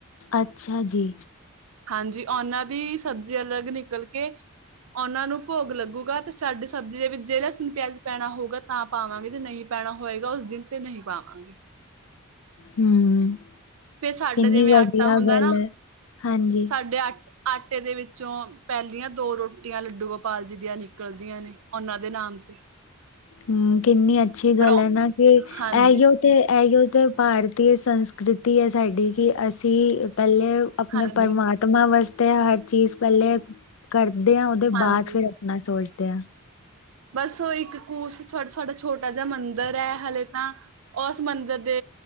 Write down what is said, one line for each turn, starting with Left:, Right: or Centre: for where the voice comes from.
Left: ਅੱਛਾ ਜੀ।
Right: ਹਾਂਜੀ, ਉਹਨਾਂ ਦੀ ਸਬਜ਼ੀ, ਅਲੱਗ ਨਿਕਲ ਕੇ। ਉਹਨਾਂ ਨੂੰ ਭੋਗ ਲੱਗੂਗਾ, ਤੇ ਸਾਡੀ ਸਬਜ਼ੀ ਦੇ ਵਿੱਚ ਜੇ ਲਸਣ, ਪਿਆਜ ਪੈਣਾ ਹੋਊਗਾ। ਤਾ ਪਾਵਾਂਗੇ, ਜੇ ਨਹੀਂ ਪੈਣਾ ਹੋਏਗਾ, ਓਸ ਦਿਨ ਤੇ ਨਹੀਂ ਪਾਵਾਂਗੇ।
Left: ਹੂੰ।
Right: ਫੇਰ ਸਾਡੇ,
Left: ਕਿੰਨੀ
Right: ਜਿਵੇਂ
Left: ਵਧੀਆ
Right: ਆਟਾ ਹੁੰਦਾ
Left: ਗੱਲ
Right: ਨਾ,
Left: ਹੈ ਹਾਂਜੀ
Right: ਸਾਡੇ ਆ ਆਟੇ ਦੇ ਵਿੱਚੋਂ ਪੈਹਲੀਆਂ ਦੋ ਰੋਟੀਆਂ, ਲੱਡੂ ਗੋਪਾਲ ਜੀ ਦੀਆਂ ਨਿਕਲਦੀਆਂ ਨੇ, ਓਨਾਂ ਦੇ ਨਾਮ ਤੇ
Left: ਹੂੰ, ਕਿੰਨੀ ਅੱਛੀ
Right: ਪਰ
Left: ਗੱਲ
Right: ਉਹ
Left: ਹੈ ਨਾ, ਕਿ
Right: ਹਾਂਜੀ
Left: ਏਹੀਓ। ਤੇ ਏਹੀਉ ਤੇ ਭਾਰਤੀ ਸੰਸਕ੍ਰਿਤੀ ਹੈ, ਸਾਡੀ ਕਿ ਅਸੀਂ ਅ ਪੈਹਲੇ ਆਪਣੇ
Right: ਹਾਂਜੀ
Left: ਪਰਮਾਤਮਾ ਵਾਸਤੇ, ਹਰ ਚੀਜ਼ ਪੈਹਲੇ ਕਰਦੇ ਹਾਂ, ਓਦੇ
Right: ਹਾਂਜੀ
Left: ਬਾਅਦ ਫੇਰ ਅਪਨਾ ਸੋਚਦੇ ਹਾਂ।
Right: ਬਸ ਓਹੀ <inaudible> ਇੱਕ ਸਾਡਾ ਛੋਟਾ ਜਿਹਾ, ਮੰਦਰ ਐ, ਹਲੇੇ ਤਾਂ ਉਸ ਮੰਦਰ ਦੇ